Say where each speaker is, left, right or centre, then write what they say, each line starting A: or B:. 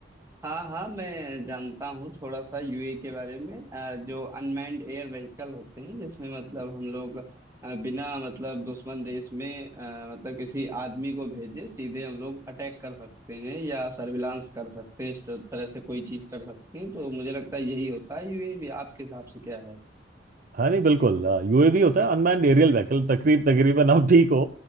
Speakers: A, on the right; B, on the right.
A: हाँ हाँ मैं जानता हूँ थोड़ा सा यूए के बारे में अ, जो अनमैन्ड एयर व्हीकल होते हैं जिसमें मतलब हम लोग अ, बिना मतलब दुश्मन देश में अ, मतलब किसी आदमी को भेजे सीधे हम लोग अटैक कर सकते हैं या सर्विलांस कर सकते हैं इस तरह से कोई चीज कर सकते हैं तो मुझे लगता है यही होता है यूए भी आपके हिसाब से क्या है
B: हाँ नहीं बिल्कुल यूएवी होता है अनमैन्ड एरियल व्हीकल तकरीब तकरीबन आप ठीक हो